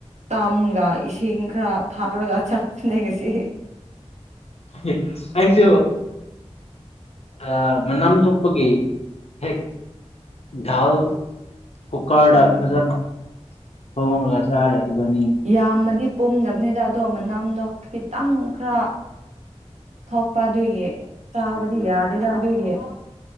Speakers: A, on the right (about 75°); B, on the left (about 60°).
A: ꯇꯝꯒ ꯏꯁꯤꯡ ꯈꯔ ꯊꯥꯛꯔꯒ ꯆꯠꯄꯅꯦ ꯉꯁꯤ
B: ꯑꯦ ꯑꯩꯁꯨ ꯑ ꯃꯅꯝ ꯊꯣꯛꯄꯒꯤ ꯍꯦꯛ ꯥꯗꯥꯜ ꯀꯨꯀꯥꯔꯗ
A: ꯎꯝ
B: ꯐꯖꯅꯥ ꯊꯣꯡꯔꯒ ꯆꯥꯔꯦ ꯏꯕꯥꯅꯤ
A: ꯌꯥꯝꯃꯗꯤ ꯄꯨꯝꯗꯕꯅꯤꯗ ꯑꯗꯣ ꯃꯅꯥꯝꯗꯣ ꯈꯤꯇꯪ ꯈꯔ ꯊꯣꯛꯄ ꯑꯗꯨꯒꯤ ꯆꯥꯕꯗꯤ ꯌꯥꯗꯦꯗ ꯑꯗꯨꯒꯤ